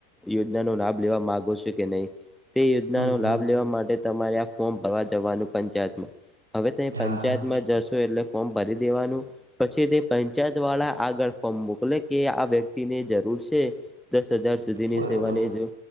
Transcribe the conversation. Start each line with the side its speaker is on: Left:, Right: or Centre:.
Centre: યોજનાનો લાભ લેવા માંગો છો કે નહીં તે યોજનાનો
Right: હમ હમ
Centre: લાભ લેવા માટે તમારે આ ફોર્મ ભરવા જવાનું પંચાયતમાં હવે તમે
Right: હા
Centre: પંચાયતમાં
Right: હા
Centre: જશો એટલે ફોર્મ ભરી દેવાનું. પછી તે પંચાયત વાળા આગળ ફોર્મ મોકલે કે આ વ્યક્તિને જરૂર છે. દસ હજાર સુધી ની
Right: બરોબર
Centre: સેવા નહી જો